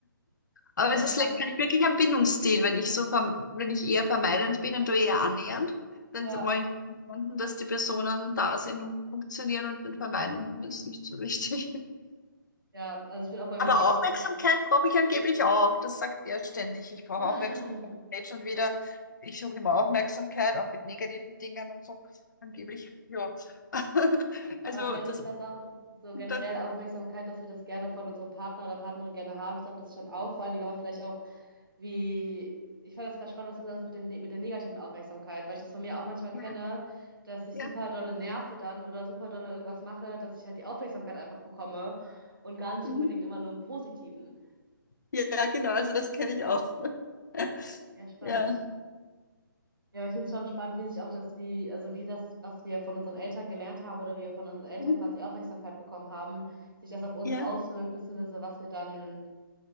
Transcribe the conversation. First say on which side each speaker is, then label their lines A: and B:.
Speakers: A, on the left; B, on the right.
A: Aber
B: Ja, aber
A: es
B: spannend.
A: ist vielleicht wirklich ein Bindungsstil, wenn ich so, verm- wenn ich eher vermeidend bin und du eher annähernd, dann
B: Ja,
A: wollen Kunden, dass die Personen da sind und funktionieren und den Vermeidenden ist nicht so wichtig.
B: ja, also ich will auch bei mir
A: Aber
B: sagen,
A: Aufmerksamkeit
B: auf jeden
A: brauche ich angeblich auch. Das sagt er ständig. Ich brauche
B: <laughs> Fall.
A: Aufmerksamkeit. Jetzt schon wieder. Ich suche immer Aufmerksamkeit, auch mit negativen Dingen und so. Angeblich, ja. <laughs> Also
B: Aber vielleicht
A: das,
B: ist das auch so
A: das
B: generell Aufmerksamkeit, dass wir das gerne von unserem Partner oder Partnerin gerne haben. Ich glaube, das schon auch, vor allen Dingen aber vielleicht auch, wie, ich fand das gerade spannend, was du gesagt hast mit dem, mit der negativen Aufmerksamkeit, weil ich das von mir auch manchmal kenne,
A: ja,
B: dass ich
A: ja.
B: super dolle nerve dann oder super dolle irgendwas mache, dass ich halt die Aufmerksamkeit einfach bekomme und gar nicht
A: Mhm.
B: unbedingt immer nur im Positiven.
A: Ja, genau. Also das kenne ich auch. <laughs>
B: Ja, spannend.
A: Ja.
B: Ja, aber ich finde es schon spannend, wie sich auch das, wie, also wie das, was wir von unseren Eltern gelernt haben oder wie wir von unseren Eltern
A: Mhm.
B: quasi Aufmerksamkeit bekommen haben, sich das auf uns
A: Ja.
B: auswirkt, beziehungsweise was wir dann,